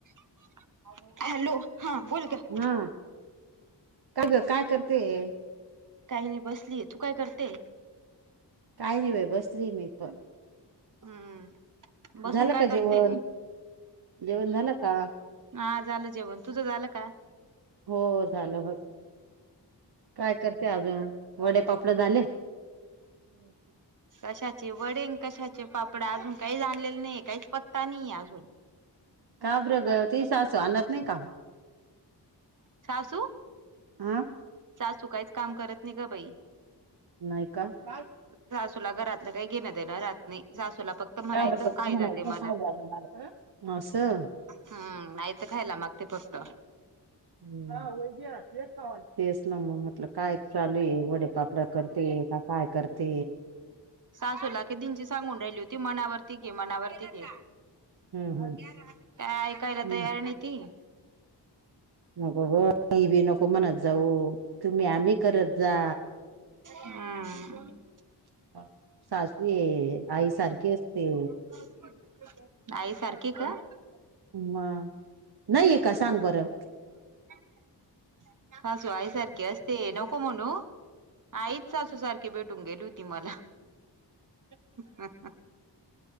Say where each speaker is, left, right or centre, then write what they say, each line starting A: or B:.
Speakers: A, on the right; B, on the right.
A: <inaudible> हॅलो,, हा बोल गं.
B: हा काय ग, काय करतेय?
A: काही नाही बसलीय, तू काय करते?
B: काय नाही बाई, बसलेय मी पण.
A: हम्म
B: <inaudible>
A: बसून
B: झालं
A: काय
B: का
A: करते
B: जेवण, जेवण झालं का?
A: हा झालं जेवण, तुझं झालं का?
B: हो झालं बघ, काय करते अजून, वडे पापडे झाले? हम्म.
A: कशाचे वडे? अन् कशाचे पापडा? अजून काही झालेलं नाही आहे काहीच पत्ता नाही अजून.
B: का बरं ग, तुझी सासू आणत नाही का?
A: सासू,
B: हा
A: सासू काहीच काम करत नाही गं बाई.
B: नाही का? <inaudible>
A: सासूला घरातलं काही घेणं देणं राहत नाही सासूला फक्त म्हणायचं
B: त्या <unintelligible>
A: खायला दे मला
B: आसं
A: हम्म, आयत खायला मागते फक्त.
B: हम <inaudible> हो तेच ना मग म्हटल, काय चालू ये वडे पापड करते, का काय करते?
A: सासू ला कीदिंची सांगून राहिली होती, मनावरती घे, मनावरती घे.
B: हम्म
A: <inaudible> काय ऐकायला
B: हम्म
A: तयार नाही ती.
B: नको ग काही ती बी नको म्हणत जाऊ, तुम्ही, आम्ही करत जा.
A: हम्म.
B: <inaudible> सासू हे, आई सारखी असते.
A: <unintelligible> सारखी
B: हा
A: का
B: नाहीये का सांग बरं?
A: <unintelligible> सासू आईसारखे असते नको म्हणू आईचं सासू सार खी भेटून गेली होती मला. <unintelligible>